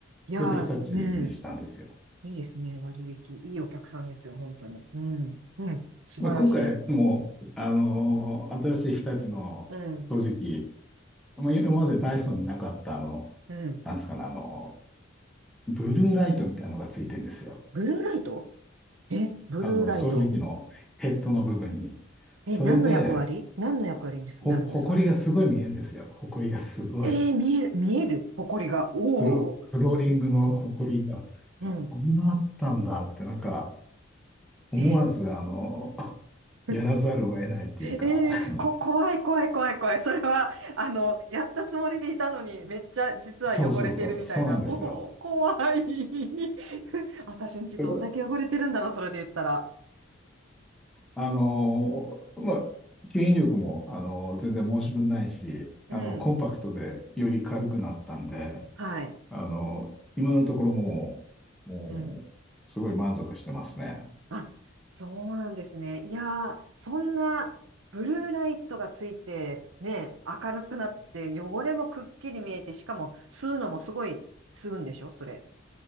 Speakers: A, on the right; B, in the centre.
A: いやー、
B: それで日立にしたんですよ。
A: うん。いいですね、割引。いいお客さんですよ、本当に。うん、うん。素晴らしい。
B: まあ、今回も、あの、新しい日立の掃除機、
A: うん、
B: まあ、今までダイソンになかった、あの、
A: うん。
B: なんですかね、あの、ブルーライトみたいなのがついてるんですよ。
A: ブルーライトえ、ブルーライト。
B: あの、掃除機のヘッドの部分に。
A: え、
B: それで、
A: 何の役割何の役割にですなるんですか、
B: ほ、ほこりがすごい見えるんですよ。
A: それ。
B: ほこりがすごい。
A: えー、見える、見える、埃が。おお。
B: フロ、フローリングのほこりが、
A: うん。
B: こんなあったんだって、なんか、思わず、
A: えー
B: あの、
A: <laughs>
B: やらざるを得ないっていうか、
A: ええこ、
B: あの、
A: 怖い怖い怖い怖い。それは、あの、やったつもりでいたのに、めっちゃ実は汚れてるみたいな。
B: そうそうそう、そうなんですよ。
A: おお、怖い。<laughs> 私んちどんだけ汚れてるんだろう、
B: だから、
A: それで言ったら。
B: あの、まあ、吸引力も、あの、全然申し分ないし、
A: うん。
B: あの、コンパクトでより軽くなったんで、
A: はい。
B: あの、今のところもう、もう、
A: うん。
B: すごい満足してますね。
A: あ、そうなんですね。いやー、そんなブルーライトがついて、ね、明るくなって、汚れもくっきり見えて、しかも吸うのもすごい吸うんでしょ、それ。